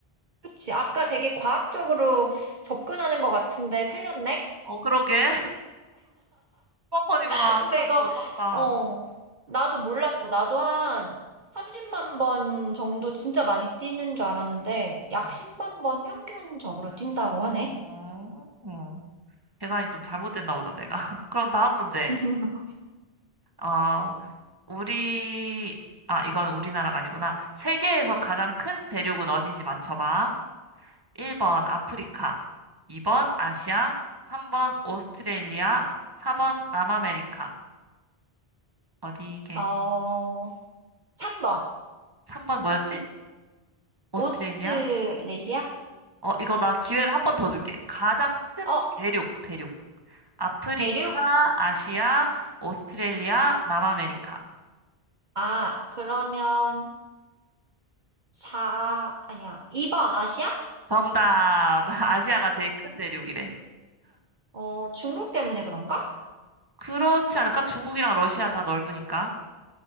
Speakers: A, on the right (about 50°); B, on the right (about 20°).
A: 그치. 아까 되게 과학적으로 접근하는 것 같은데 틀렸네?
B: 어 그러게. <laughs> 3번이구나.
A: <laughs> 근데
B: 생각보다
A: 이거,
B: 적다.
A: 어, 나도 몰랐어. 나도 한 30만 번 정도 진짜 많이 뛰는 줄 알았는데, 약
B: 응.
A: 10만 번 평균적으로 뛴다고 하네.
B: 어. 어. 계산이 좀 잘못됐나 보다, 내가. <laughs> 그럼 다음 문제.
A: <laughs>
B: 어, 우리, 아, 이건 우리나라가 아니구나. 세계에서 가장 큰 대륙은 어딘지 맞춰봐. 1번 아프리카, 2번 아시아, 3번 오스트레일리아, 4번 남아메리카. 어디게?
A: 어, 3번.
B: 3번 뭐였지? 오스트레일리아?
A: 오스트레일리아?
B: 어, 이거 나 기회를 한 번 더 줄게. 가장 큰
A: 어,
B: 대륙, 대륙. 아프리카,
A: 대륙?
B: 아시아, 오스트레일리아, 남아메리카.
A: 아, 그러면 4, 아니야. 2번 아시아?
B: 정답. <laughs> 아시아가 제일 큰 대륙이래.
A: 어, 중국 때문에 그런가?
B: 그렇지 않을까? 중국이랑 러시아 다 넓으니까.